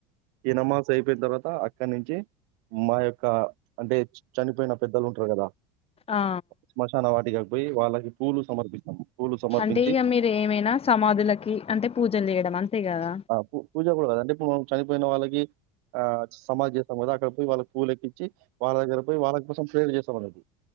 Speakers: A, on the right; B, on the left.
A: ఈ నమాజ అయిపోయిన తర్వాత అక్కడి నుంచి మా యొక్క అంటే చనిపోయిన పెద్దలు ఉంటారు కదా
B: ఆ
A: స్మశాన వాటిక పోయి వాళ్లకి పూలు సమర్పిస్తాం పూలు సమర్పించి
B: అంటే ఇక మీరు ఏమైనా సమాధులకి అంటే పూజలు చేయడం అంతే కదా
A: పూ పూజ కూడా కాదు ఇప్పుడు మనం చనిపోయిన వాళ్ళకి ఆ సమాధి చేస్తాం కదా అక్కడ పోయి వాళ్ళకి పూలు ఎక్కించి వాళ్ళ దగ్గర పోయి వాళ్ళ కోసం ప్లేయర్ చేస్తాం అన్నట్టు